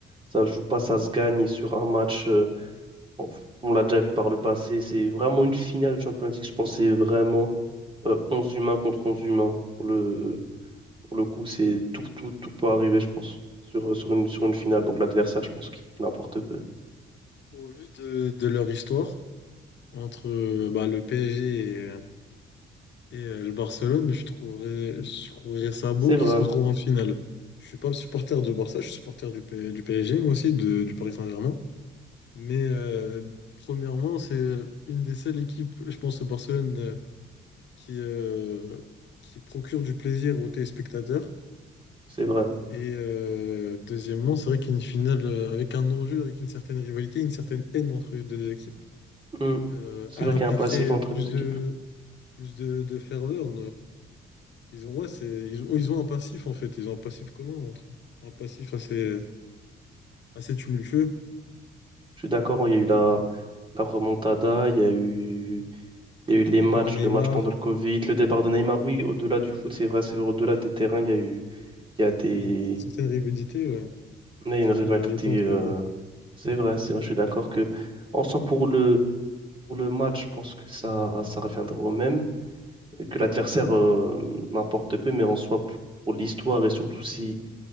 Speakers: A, on the right (about 25°); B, on the left (about 65°).
A: ça se joue pas, ça se gagne sur un match. euh, On, on l'a déjà vu par le passé. C'est vraiment une finale de Champions League. Je pense que c'est vraiment euh, 11 humains contre 11 humains. Pour le, pour le coup, c'est tout, tout, tout peut arriver, je pense, sur, sur une, sur une finale. Donc, l'adversaire, je pense qu'il qu'il importe peu.
B: Au vu de, de leur histoire entre euh, bah, le PSG et euh, Et euh, le Barcelone, je trouverais, je trouverais ça beau
A: C'est
B: qu'ils
A: vrai.
B: se retrouvent en finale. Je suis pas supporter de Barça, je suis supporter du, P- du PSG, moi aussi, de- du Paris Saint-Germain. Mais euh, premièrement, c'est une des seules équipes, je pense, au Barcelone, euh, qui, euh, qui procure du plaisir aux téléspectateurs.
A: C'est vrai.
B: Et euh, deuxièmement, c'est vrai qu'une finale euh, avec un enjeu, avec une certaine rivalité, une certaine haine entre les deux équipes,
A: Mm.
B: euh,
A: C'est
B: elle
A: vrai
B: impliquerait
A: qu'il y a un passif entre
B: plus
A: nos équipes.
B: de, plus de, de ferveur. Ils ont, ouais, c'est, ils ont, ils ont un passif en fait, ils ont un passif commun entre eux. Un passif assez, assez tumultueux.
A: Je suis d'accord, il y a eu la, la remontada, il y a eu, il y a eu les
B: Le départ
A: matchs,
B: de Neymar
A: le match pendant le Covid, le départ de Neymar. Oui, au-delà du foot, c'est vrai, c'est vrai, au-delà des terrains, il y a eu, il y a des,
B: et une, certaine rivalité, ouais. Une
A: il y a
B: certaine
A: une rivalité.
B: rivalité entre
A: euh,
B: les deux.
A: c'est vrai, c'est vrai, je suis d'accord que, en soi, pour le, pour le match, je pense que ça, ça reviendra au même, et que l'adversaire euh, m'importe peu, mais en soi, pour, pour l'histoire et surtout si,